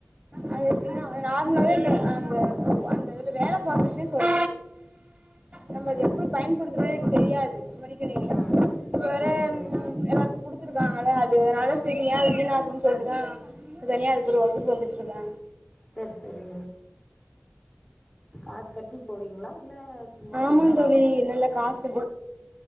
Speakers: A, on the right; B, on the left.
A: அது எப்டினா நார்மலாவே அந்த அது நேர பாத்துகிட்டே சொல் நம்ம அத
B: ம்
A: எப்டி பயன்படுத்துனே எனக்கு தெரியாது மடிக்கணினிய
B: ம்
A: இப்ப வேற
B: சேரி சேரி
A: எல்லார்க்கும் குடுத்துருக்காங்கல அது அதனால செரி ஏ வீணாக்குனு சொல்ட்டுதா தனியா அதுக்கு ஒரு வகுப்பு வந்துட் இதா
B: செர் சரி காஸ் கட்டிப் போறீங்களா இல்ல சும்மா
A: ஆமாந்
B: சொல்லித் த
A: தோழி இல்ல இல்ல காசு